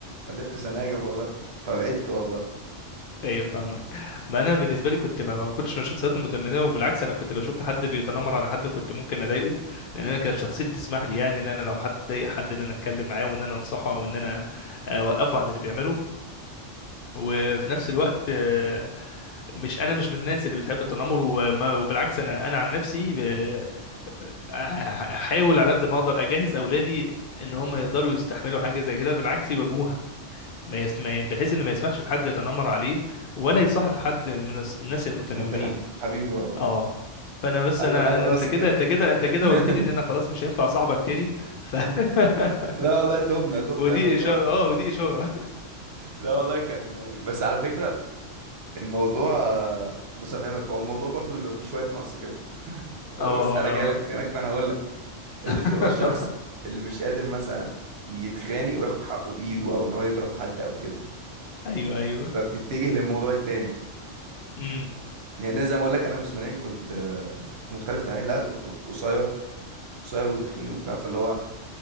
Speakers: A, on the right; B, on the left.
A: خلفت سناجب والله فبعدت والله
B: ايوه فاهمك ما انا بالنسبه لي كنت ما ما كنتش من الشخصيات المتنمره وبالعكس انا كنت لو شفت حد بيتنمر على حد كنت ممكن اضايقه لان انا كانت شخصيتي تسمح لي يعني ان انا لو حد ضايق حد
A: م-
B: ان انا اتكلم معاه وان انا انصحه او ان انا اوقفه عن اللي بيعمله وفي نفس الوقت آه، مش انا مش من الناس اللي بتحب التنمر وما- وبالعكس انا انا عن نفسي آه، أح- احاول على قد ما اقدر اجهز اولادي ان هم يقدروا يستحملوا حاجه زي كده بالعكس يواجهوها ما يس... ما ي- بحيث ان ما يسمحش لحد يتنمر عليه ولا
A: م.
B: يصاحب حد من الس- الناس المتنمرين
A: متنمر حبيبي والله
B: اه فانا بس
A: على
B: انا
A: على
B: أنا-
A: راس
B: انت كده
A: الكلام
B: انت كده انت
A: ده.
B: كده
A: <laughs>
B: قلت لي ان انا خلاص مش هينفع صاحبك تاني ف... <laughs>
A: لا والله تبنا تبنا
B: ودي
A: الى الله
B: اشاره اه ودي اشاره <laughs>
A: لا والله كان بس على فكره الموضوع بص افهمك هو الموضوع برضو بيبقى فيه شويه نقص كده يعني
B: اه
A: بص انا جاي
B: اه
A: لك من هناك فانا هقول لك انت
B: <laughs>
A: بتبقى الشخص اللي مش قادر مثلا يتخانق وياخد حقه بايده او ان هو يضرب حد او كده
B: ايوه ايوه
A: فبتتجه للموضوع التاني
B: امم
A: يعني أنا زي ما اقول لك انا جسمانيا كنت كنت مختلف تماما لا كنت كنت قصير قصير وتخين وبتاع فاللي هو